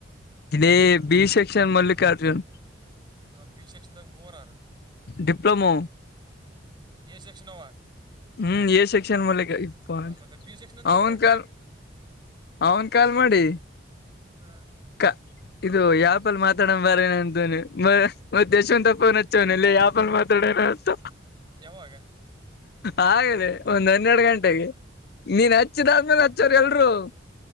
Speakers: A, on the left; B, on the right.
A: ಇ ಬಿಿ ಸೆಕ್ಷನ್ ಮಲ್ಲಿಕಾರ್ಜುನ್
B: ಹಾ ಬಿ ಸೆಕ್ಷನ್ದಾಗ ಮೂವಾರ
A: ಡಿಪ್ಲೊಮೋ
B: ಸೆಕ್ಷಣವಾ
A: ಹ್ಮ್ ಎ ಸೆಕ್ಷನ್ ಮೂಲಕ ಇಪ್ಪ
B: ಆ, ಮತ್ತೆ ಬಿ ಸೆಕ್ಷನ್ ಅಂತಲ್ಲೇ
A: ಅವನ್ ಕ ಅವನ್ ಕಾಲ್ ಮಾಡಿ
B: ಹ್ಮ
A: ಕ ಇದು ಯಾಪಲ್ ಮಾತಾಡ ಬಾರೇಏನ ಅಂತನ ಮತ್ತ ಯಶವಂತ ಫೋನ್ ಹಚ್ಚವನ ಇಲ್ಲ ಯಾಪಲ್ ಡನಂತ
B: ಯಾವಾಗ
A: ಹಾಗದೆ ಒಂದ್ ಹನ್ನೆರಡು ಗಂಟೆಗೆ ನೀನ್ ಹಚ್ಚಿದಾದ್ಮೇಲೆ ಹಚ್ಚೋ್ರ ಎಲ್ರು